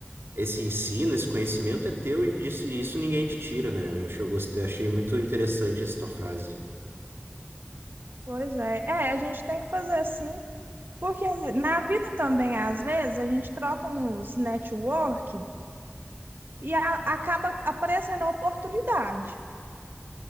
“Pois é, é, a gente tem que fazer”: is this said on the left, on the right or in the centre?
Right